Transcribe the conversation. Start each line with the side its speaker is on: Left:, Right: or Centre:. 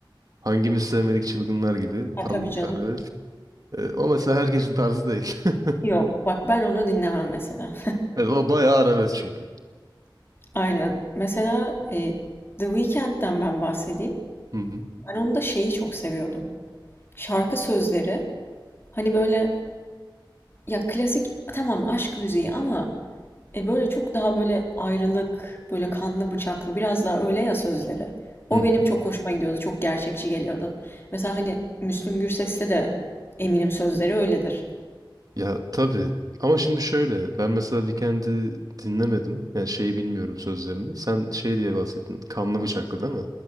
Right: hangimiz sevmedik çılgınlar gibi.
Left: Ha
Right: Tam
Left: tabii canım.
Right: bir arabesk. Ee, o mesela herkesin tarzı değil. <laughs>
Left: Yok bak ben onu dinlemem mesela.
Right: Evet, o bayağı arabesk çünkü.
Left: <laughs> Aynen. Mesela e, The Weeknd'den ben bahsedeyim.
Right: Hı hı.
Left: Ben onda şeyi çok seviyordum. Şarkı sözleri hani böyle ya klasik tamam aşk müziği ama e böyle çok daha böyle ayrılık, böyle kanlı bıçaklı biraz daha öyle ya sözleri. O
Right: Hı hı.
Left: benim çok hoşuma gidiyordu. Çok gerçekçi geliyordu. Mesela hani Müslüm Gürses'te de eminim sözleri öyledir.
Right: Ya tabii. Ama şimdi şöyle. Ben mesela Weekend'i dinlemedim. Yani şeyi bilmiyorum sözlerini. Sen şey diye bahsettin. Kanlı bıçaklı değil mi?